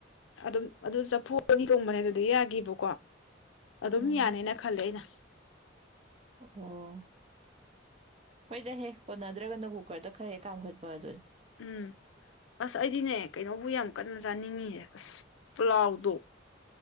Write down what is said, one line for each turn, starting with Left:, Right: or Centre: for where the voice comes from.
Left: ꯑꯗꯨꯝ ꯑꯗꯨ ꯆꯐꯨ ꯑꯅꯤ ꯊꯣꯡꯕꯅꯦ ꯑꯗꯨ ꯑꯗꯨ ꯌꯥꯈꯤꯕꯀꯣ ꯑꯗꯨꯝ
Right: ꯎꯝ
Left: ꯌꯥꯅꯦꯅ ꯈꯜꯂꯦ ꯑꯩꯅ
Right: ꯑꯣ ꯍꯣꯏꯗ ꯍꯦꯛ ꯄꯣꯟꯅꯗ꯭ꯔꯒꯅ ꯀꯨꯀꯔꯗ ꯈꯔ ꯍꯦꯛ ꯀꯥꯝꯈꯠꯄ ꯑꯗꯨ
Left: ꯎꯝ ꯑꯁ ꯑꯩꯗꯤꯅꯦ ꯀꯩꯅꯣꯕꯨ ꯌꯥꯝ ꯀꯟꯅ ꯆꯥꯅꯤꯡꯉꯤꯌꯦ ꯑꯁ ꯄ꯭ꯂꯥꯎꯗꯣ ꯑꯗꯨ